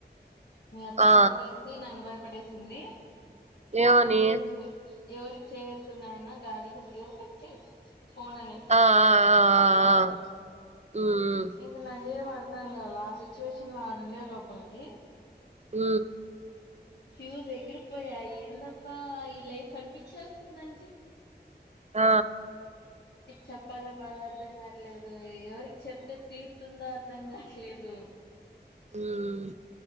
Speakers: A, on the left (about 70°); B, on the right (about 40°).
A: మీ అత్త
B: ఆ
A: ఫోన్ చేసి నన్ను భయపడేసింది ఫోన్
B: ఏమని
A: ఎవరు ఎవరికి చేయ్యొద్దున్నాయనా డాడిగా ఎవరికి చేయ ఫోన్ అనేసింది
B: ఆ ఆ ఆ
A: నా ఫోన్
B: ఆ
A: నుంచి
B: మ్మ్
A: ఇంక నాగేం అర్థం కాల ఆ సిచ్యువేషన్ లో ఆడుండే లోపలికి
B: హ
A: ఫ్యూజ్ ఎగిరిపోయా ఏందబ్బా ఈ లైఫ్ అనిపించేస్తుందంజీ
B: ఆ
A: చెప్పాలా బాధ అర్థం కాట్లేదు ఎవరికి చెప్తే తీరుతుందో అర్థం కావట్లేదు
B: మ్మ్